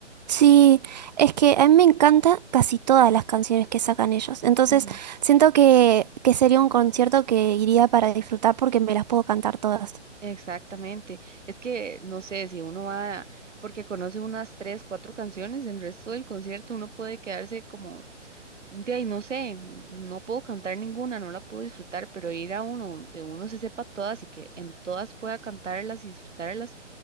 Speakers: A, on the right (about 35°); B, on the right (about 80°).
A: Sí, es que a mí me encanta casi todas las canciones que sacan ellos. Entonces,
B: Ujú.
A: siento que, que sería un concierto que iría para disfrutar porque me las puedo cantar todas.
B: Exactamente. Es que, no sé, si uno va, porque conoce unas tres, cuatro canciones, el resto del concierto uno puede quedarse como De ahí no sé, no puedo cantar ninguna, no la puedo disfrutar, pero ir a uno donde uno se sepa todas y que en todas pueda cantarlas y disfrutarlas,